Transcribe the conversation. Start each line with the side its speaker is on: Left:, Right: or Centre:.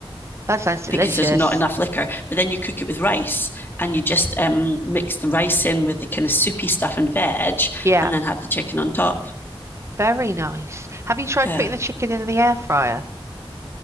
Right: That sounds delicious.
Left: because there's not enough liquor. But then you cook it with rice, and you just um, mix the rice in with the kind of soupy stuff and veg,
Right: Yeah,
Left: and then have the chicken on top.
Right: very nice. Have you tried
Left: Yeah.
Right: putting the chicken in the air fryer?